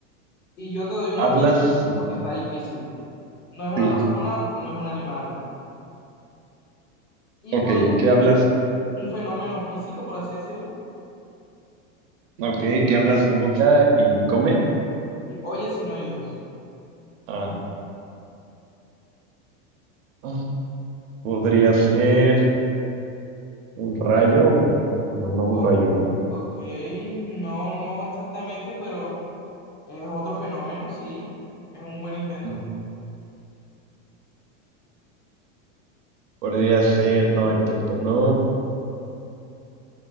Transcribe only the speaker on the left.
Y yo te doy una
pista
porque está difícil. No es una
persona, no es un animal. Y
podría
ser
un fenómeno físico, por así decirlo,
y oye sin oídos.
O-
ok, no, no exactamente, pero es otro fenómeno, sí. Es un buen intento.